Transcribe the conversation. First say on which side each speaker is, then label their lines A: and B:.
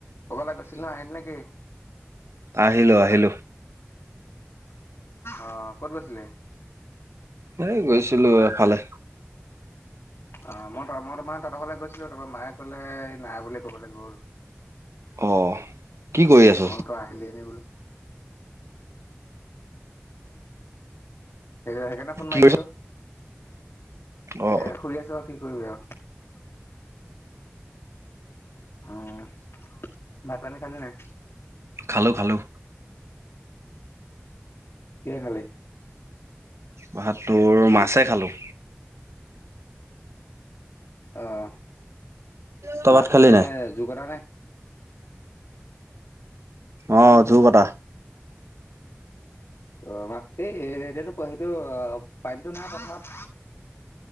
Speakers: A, on the left; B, on the right.
A: কবালৈ গৈছিল ন', আহিল নেকি?
B: আহিলোঁ আহিলোঁ।
A: অ' ক'ত গৈছিলি?
B: এই গৈছিলোঁ এফালে।
A: অ' মই তো- মই তাৰমানে তহঁতৰ ঘৰলৈ গৈছিলোঁ। তাৰপৰা মায়ে ক'লে নাই বোলে, ক'বালৈ গ'ল।
B: অ'। কি কৰি আছ?
A: মই তই আহিলে নে বোলো? সেইক- সেইকাৰণে ফোন
B: কি
A: মাৰিছিলোঁ,
B: কৰিছ? অ
A: এ শুই আছোঁ কি কৰিবি আও? উম, ভাত-পানী খালি নাই?
B: খালোঁ - খালোঁ।
A: কিহে খালি?
B: ভাত, তোৰ মাছে খালোঁ।
A: অ',
B: তই
A: মাছ
B: ভাত খালি
A: মানে
B: নাই?
A: জোকতা নে?
B: অ',
A: খালো খালো
B: জোৰ কটা।
A: অ' আমাক এই এতিয়াতো সেইটো অ' পানীটো নাই পথাৰত